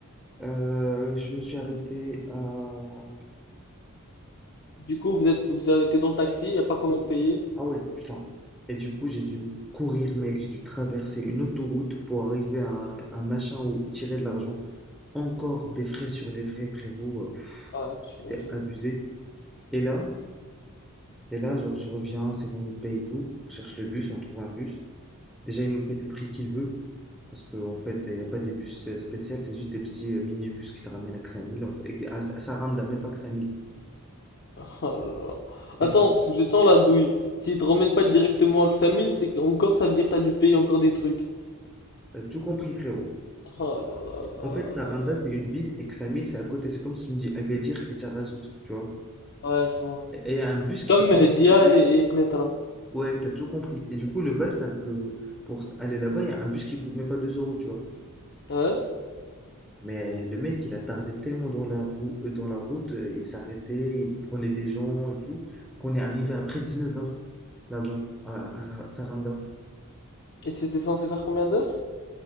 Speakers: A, in the centre; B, on the left.
A: Euh, je me suis arrêté à...
B: Du coup, vous êtes, vous avez été dans le taxi, y a pas comment
A: Oui.
B: payer.
A: Ah ouais, putain. Et du coup, j'ai dû courir, mec. J'ai dû traverser une autoroute pour arriver à un, un machin où tirer de l'argent. Encore des frais sur des frais, frérot. euh, pff,
B: Ah, j'imagine.
A: C'est abusé. Et là, et là, genre, je reviens, c'est bon, on paye tout. On cherche le bus, on trouve un bus. Déjà, il nous fait le prix qu'il veut. Parce qu'en fait, il n'y a pas des bus euh, spéciaux, c'est juste des petits euh, minibus qui te ramènent à 5000. En fait, et que- à, à Saranda, même pas que 5000.
B: Oh là là.
A: Et,
B: Attends,
A: euh,
B: parce que je sens la douille. S'il te ramène pas directement à Xamil, c'est qu'encore ça veut dire que t'as dû payer encore des trucs.
A: T'as tout compris, frérot.
B: Oh là là là
A: En fait, Saranda,
B: là là
A: c'est une ville et Ksamil, c'est à côté. C'est comme si tu me dis Agadir et Tarazout, tu vois.
B: là. Ouais, je vois.
A: Et il y a un bus
B: C'est
A: qui
B: comme
A: te
B: Mehdia
A: ramène-
B: et, et Qnetra.
A: Ouais, t'as tout compris. Et du coup, le bail, c'est que pour aller là-bas, il y a un bus qui coûte même pas 2 euros, tu vois.
B: Ouais?
A: Mais le mec, il a tardé tellement dans la roue, euh, dans la route, euh, il s'arrêtait, il prenait des gens et tout, qu'on est arrivé après 19h là-bas, à, à Saranda.
B: Et c'était censé faire combien d'heures?